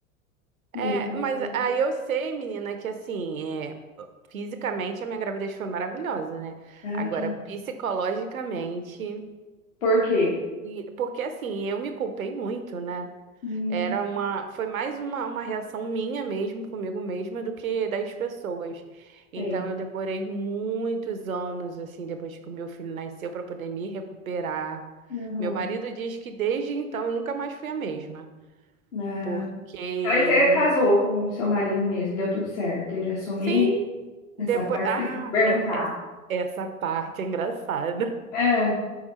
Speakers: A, on the left; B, on the right.
A: E
B: É,
A: ele nasceu.
B: mas aí eu sei, menina, que assim, é, fisicamente a minha gravidez foi maravilhosa, né?
A: Ai,
B: Agora,
A: que
B: psicologicamente.
A: Por quê?
B: E, porque assim, eu me culpei muito, né?
A: Hum,
B: Era uma, foi mais uma, uma reação minha mesmo, comigo mesma, do que das pessoas. Então
A: sei.
B: eu demorei muitos anos, assim, depois que o meu filho nasceu, para poder me recuperar.
A: Aham.
B: Meu marido diz que desde então eu nunca mais fui a mesma.
A: Ah,
B: Porque,
A: Aí você
B: me-
A: casou com o seu marido mesmo, deu tudo certo. Ele assumiu
B: sim,
A: essa
B: depois.
A: parte,
B: Ah,
A: esqueci de perguntar.
B: é, é- essa parte é engraçada.
A: É,